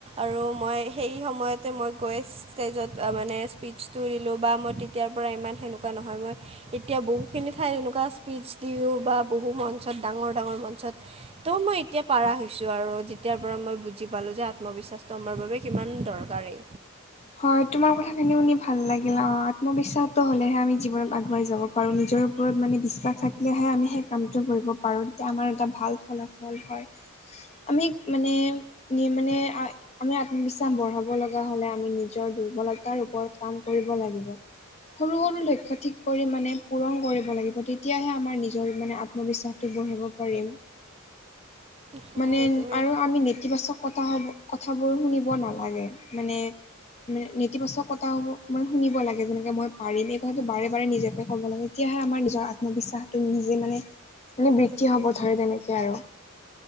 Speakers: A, on the right; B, on the left.
A: আৰু মই সেই সময়তে মই গৈ। ষ্টেজত মানে স্পীচটো দিলোঁ বা মই তেতিয়াৰ পৰা ইমান সেনেকুৱা নহয় মই। এতিয়া বহুখিনি ঠাইত এনেকুৱা স্পীচ দিও বা বহু মঞ্চত ডাঙৰ - ডাঙৰ মঞ্চত। ত' মই এতিয়া। পাৰা হৈছোঁ আৰু যেতিয়াৰ পৰা মই বুজি পালোঁ যে আত্মবিশ্বাসটো আমাৰ বাবে কিমান দৰকাৰেই।
B: হয়, তোমাৰ কথাখিনি শুনি ভাল লাগিল অঁ আত্মবিশ্বাস। হলেহে আমি জীৱন আগুবাঢ়ি যাব পাৰোঁ। নিজৰ ওপৰত মানে বিশ্বাস থাকিলেহে আমি সেই। কামটো কৰিব পাৰো তেতিয়া আমাৰ এটা ভাল ফলাফল হয় আমি মানে। মানে আমি আত্মবিশ্বাস বঢ়াব লগা হ'লে আমি নিজৰ দুৰ্বল। দুৰ্বলতা ওপৰত কাম কৰিব লাগিব। সৰু- সৰু লক্ষ্য ঠিক কৰি মানে পূৰণ কৰিব লাগিব তেতিয়াহে আমাৰ নিজৰ মানে। মই বিশ্বাসটো গঢ়িব পাৰিম।
A: হয়
B: মানে
A: তুমি
B: আৰু আমি নেতিবাচক কথা হব কথাবোৰ শুনিব নালাগে মানে। মানে নেতিবাচক কথা মানে শুনিব লাগে যেনেকে মই পাৰিম এই কথাটো বাৰে বাৰে নিজকে ক'ব লাগে। তেতিয়াহে আমাৰ নিজৰ আত্মবিশ্বাসটো নিজে মানে - মানে বৃদ্ধি হব ধৰে তেনেকে আৰু।